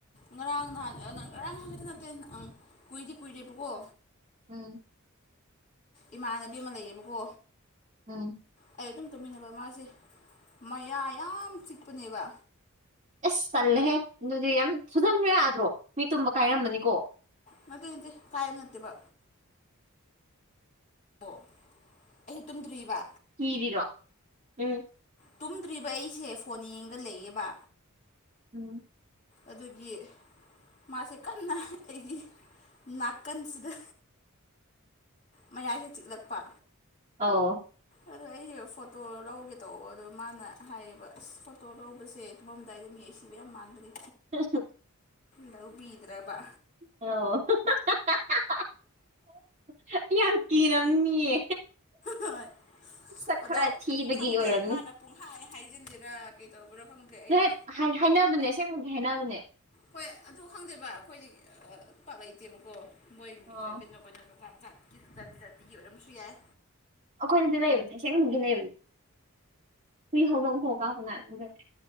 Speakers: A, on the left (about 35°); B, on the right (about 35°).
A: ꯉꯔꯥꯡ ꯅꯍꯥꯟ ꯑꯥ ꯉꯔꯥꯡꯍꯥꯟ ꯈꯛꯇ ꯅꯠꯇꯦ ꯑꯪ ꯀꯨꯏꯗꯤ ꯀꯨꯏꯔꯦꯕꯀꯣ
B: ꯎꯝ
A: ꯏꯃꯥꯟꯅꯕꯤ ꯑꯃ ꯂꯩꯌꯦꯕꯀꯣ
B: ꯎꯝ
A: ꯑꯩ ꯑꯗꯨꯝ ꯇꯨꯝꯃꯤꯟꯅꯕ ꯃꯥꯁꯦ ꯃꯌꯥ ꯌꯥꯝ ꯆꯤꯛꯄꯅꯦꯕ
B: ꯑꯁ ꯇꯜꯂꯦꯍꯦ ꯑꯗꯨꯗꯤ ꯌꯥꯝ ꯐꯨꯖꯟꯕ ꯌꯥꯗ꯭ꯔꯣ ꯃꯤ ꯇꯨꯝꯕ ꯀꯥꯏꯔꯝꯃꯅꯤꯀꯣ
A: ꯅꯠꯇꯦ ꯅꯠꯇꯦ ꯀꯥꯏꯕ ꯅꯠꯇꯦꯕꯥ ꯑꯣ ꯑꯩ ꯇꯨꯝꯗ꯭ꯔꯤꯕ
B: ꯀꯤꯔꯤꯔꯣ ꯎꯝ
A: ꯇꯨꯝꯗ꯭ꯔꯤꯕ ꯑꯩꯁꯦ ꯐꯣꯟ ꯌꯦꯡꯒ ꯂꯩꯌꯦꯕ
B: ꯎꯝ
A: ꯑꯗꯨꯒꯤ ꯃꯥꯁꯦ ꯀꯟꯅ ꯑꯩꯒꯤ ꯅꯥꯀꯟꯁꯤꯗ ꯃꯌꯥꯏꯁꯦ ꯆꯤꯛꯂꯛꯄ
B: ꯑꯣ
A: ꯑꯗꯣ ꯑꯩꯁꯦ ꯐꯣꯇꯣ ꯂꯧꯒꯦ ꯇꯧꯕ ꯑꯗꯣ ꯃꯥꯅ ꯍꯥꯏꯌꯦꯕ ꯑꯁ ꯐꯣꯇꯣ ꯂꯧꯕꯁꯦ ꯇꯨꯝꯃꯝꯗꯥꯏꯗ ꯃꯤ ꯑꯁꯤꯕ ꯌꯥꯝ ꯃꯥꯟꯕꯅꯦ
B: <unintelligible>
A: ꯂꯧꯕꯤꯗ꯭ꯔꯕ
B: ꯑꯣ <unintelligible> ꯌꯥꯝ ꯀꯤꯔꯝꯅꯤꯌꯦ
A: ꯍꯣꯏ
B: ꯁꯛ
A: ꯑꯗꯣ
B: ꯈꯔ ꯊꯤꯕꯒꯤ
A: ꯈꯪꯗꯦ
B: ꯑꯣꯏꯔꯝꯅꯤ
A: ꯃꯥꯅ ꯄꯨꯡꯍꯥꯏ ꯍꯥꯏꯖꯤꯟꯖꯤꯔ ꯀꯩꯗꯧꯕ꯭ꯔꯣ ꯈꯪꯗꯦ ꯑꯩꯁꯨ
B: ꯍꯦꯛ ꯍꯥꯏ ꯍꯥꯏꯅꯕꯅꯦ ꯑꯁꯦꯡꯕꯒꯤ ꯍꯥꯏꯅꯕꯅꯦ
A: ꯍꯣꯏ ꯑꯗꯣ ꯈꯪꯗꯦꯕ ꯈꯣꯏꯗꯤ ꯑꯥ ꯑꯥ ꯄꯥꯛ ꯂꯩꯇꯦꯕꯀꯣ ꯃꯣꯏ ꯃꯤ
B: ꯑꯣ
A: ꯀꯩꯅꯣ ꯀꯩꯅꯣ ꯖꯥ ꯖꯥꯠꯀꯤ ꯖꯥꯇꯤ ꯖꯥꯇꯤꯒꯤ ꯑꯣꯏꯔꯝꯕꯁꯨ ꯌꯥꯏ
B: ꯑꯩꯈꯣꯏꯗꯗꯤ ꯂꯩꯕꯅꯦ ꯑꯁꯦꯡꯕꯒꯤ ꯂꯩꯕꯅꯦ ꯍꯨꯏ ꯍꯧꯗꫭꯡ ꯐꯥꯎ ꯀꯥꯞꯀꯅꫭ <unintelligible>